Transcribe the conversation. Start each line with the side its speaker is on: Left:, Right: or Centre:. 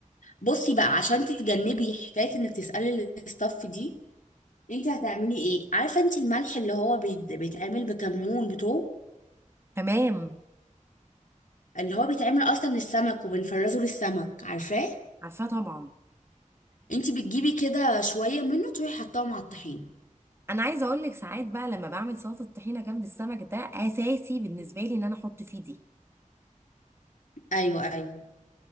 Left: بصي بقى عشان تتجنبي حكايه انك تسالي الاستاف دي انت هتعملي ايه عارفه انت الملح اللي هو بيت- بيتعمل بكمون بتوم
Right: تمام
Left: اللي هو بيتعمل اصلا من السمك وبنفرزه للسمك عارفاه
Right: عارفاه طبعا
Left: انت بتجيبي كده شويه منه تروحي حطاه مع الطحينه
Right: انا عايزه اقول لك ساعات بقى لما بعمل سلطه الطحينه جنب السمك ده اساسي بالنسبه لي ان انا احط فيه دي
Left: ايوه ايوه